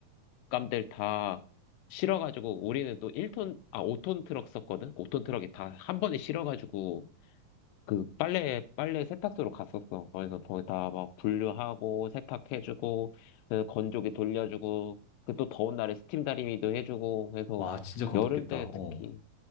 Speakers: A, on the left; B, on the left.
A: 빨랫감들 다 실어가지고 우리는 또 일톤 아, 5톤 트럭 썼거든? 5톤 트럭이 다 한 번에 실어가지고 그 빨래, 빨래 세탁소로 갔었어. 그래서 거기 다 막 분류하고 세탁해주고 그 건조기 돌려주고 그 또 더운 날에 스팀 다리미도 해주고 해서
B: 와, 진짜 그건
A: 여름
B: 덥겠다.
A: 때 특히.
B: 어.